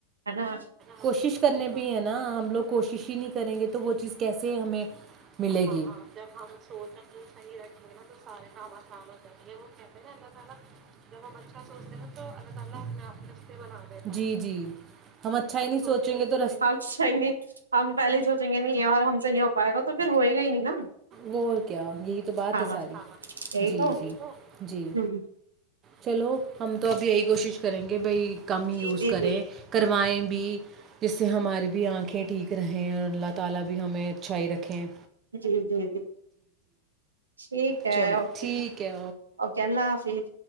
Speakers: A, on the right; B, on the right.
A: ہے نا
B: کوشش کرنے ہے نا ہم لوگ کوشش ہی نہیں کریں گے تو وہ چیز کیس جی ہمیں ملے گی جب ہم پانی رکھیں گے نا تو سارے کام ہو جائیں گے وہ کہتے ہیں نا اللہ تعالی جب ہم اچھا سوچتے ہیں تو اللہ تعالا اپنے اپ کو رشتے بنا دے جی جی ہم اچھا ہی نہیں سوچیں گے تو
A: اچھا ہی نہیں ہم پہلے سوچیں گے نہیں اور ہم سے نہیں ہو پائے گا تو پھر ہوئے گا ہی نہیں نا
B: وہ کیا یہی تو بات
A: ہاں
B: ہے ساری
A: یہی
B: جی
A: تو
B: جی جی
A: ہ
B: چلو ہم تو اب یہی کوشش کریں گے بھائی کم ہی
A: جی
B: یوز
A: جی
B: کریں
A: جی
B: کروائیں بھی اس ہمارے بھی انکھیں ٹھیک رہیں اور اللہ تعالا بھی ہمیں اچھائی رکھیں
A: جی جی جی ٹھیک
B: چلو
A: ہے اوکے
B: ٹھیک ہے
A: اوکے اللہ حافظ